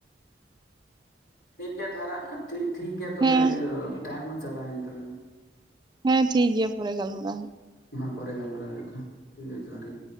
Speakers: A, on the left; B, on the right.
A: ᱴᱷᱤᱠ ᱜᱮᱭᱟ ᱫᱷᱟᱨᱟ ᱴᱷᱤ-ᱴᱷᱤᱠ ᱜᱮᱭᱟ ᱛᱚᱵᱮ
B: ᱦᱮᱸ
A: ᱤᱭᱟᱹ ᱴᱟᱭᱤᱢ ᱦᱚᱸ ᱪᱟᱵᱟᱭᱮᱱ ᱛᱟᱞᱟᱝᱟ᱾
B: ᱦᱮᱸ ᱴᱷᱤᱠ ᱜᱮᱭᱟ ᱯᱚᱨᱮ ᱜᱟᱞᱢᱟᱨᱟᱣ ᱦᱩᱭᱩᱜ᱾
A: ᱱᱚ ᱦᱥᱸᱜ ᱯᱮᱨᱮ ᱜᱟᱞᱢᱟᱨᱟᱣ ᱦᱩᱭᱩᱜ-ᱥ ᱛᱷᱚ, ᱴᱷᱤᱠ ᱜᱮᱭᱟ ᱡᱚᱸᱦᱟᱨ ᱜᱮ᱾